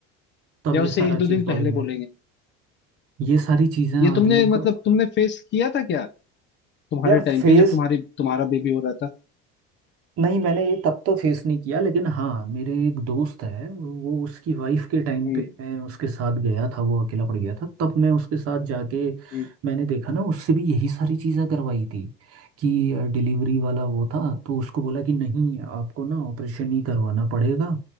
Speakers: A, on the right; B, on the left.
A: तब
B: या
A: ये
B: उससे
A: सारा
B: एक दो
A: चीज
B: दिन
A: बोलेंगे
B: पहले बोलेंगे
A: ये सारी चीजें आदमी
B: ये तुमने मतलब
A: को
B: तुमने फेस किया था क्या तुम्हारे
A: यार
B: टाइम
A: फेस
B: पे जब तुम्हारी तुम्हारा बेबी हो रहा था
A: नहीं मैंने ये तब तो फेस नहीं किया लेकिन हाँ मेरे एक दोस्त है वो उसकी वाइफ के टाइम
B: हम्म
A: पे मैं उसके साथ गया था वो अकेला पड़ गया था तब मैं उसके साथ जाके
B: हम्म
A: मैंने देखा ना उससे भी यही सारी चीजें करवाई थी कि डिलीवरी वाला वो था तो उसको बोला कि नहीं आपको ना ऑपरेशन ही करवाना पड़ेगा